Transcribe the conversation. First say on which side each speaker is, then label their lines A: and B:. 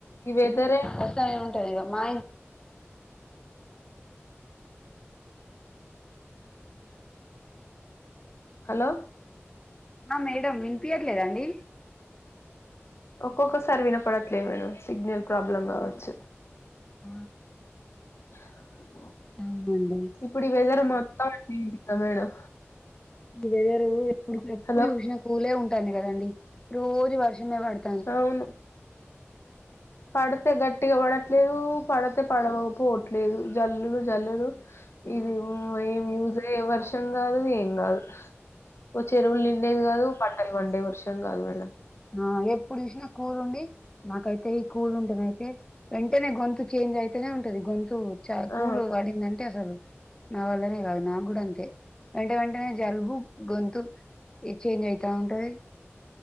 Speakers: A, on the left (about 65°); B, on the left (about 15°).
A: ఈ వెదరే
B: వస్తానె ఉంటుంది ఇగ మా
A: హలో
B: ఆ మేడం వినిపియ్యట్లేదండి
A: ఒక్కొక్కసారి వినపడట్లేదు మేడం సిగ్నల్ ప్రాబ్లం కావచ్చు
B: ఆ
A: ఆ
B: అవునండి
A: ఇప్పుడు ఈ వెదర్ మొత్తం అంతె మేడం
B: ఇ వెదర్ రు ఎప్పుడు ఎప్పుడు
A: హలో
B: చూసినా కూల్ ఏ ఉంటుంది కదండి రోజు వర్షమే పడుతు
A: అవును పడితే గట్టిగా పడట్లేదు పడితే పడవపోవట్లేదు జల్లులు జల్లులు
B: ఆ
A: ఇది
B: అవును.
A: ఏం యూస్ అయ్యే వర్షం కాదు ఏం కాదు ఓ చెరువులు నిండేది కాదు పంటలు పండే వర్షం కాదు మేడ
B: ఆ ఎప్పుడు చూసినా కూరుండి నాకైతే ఈ కూల్ ఉంటది అయితే వెంటనే గొంతు చేంజ్ అయితేనే ఉంటది గొంతు. చ
A: ఆ
B: కూలు ఆడిందంటే అసలు నా వల్లనే కాదు నా కూడా అంతే. వెంట వెంటనే జలుబు గొంతు చేంజ్ అయితా ఉంటది.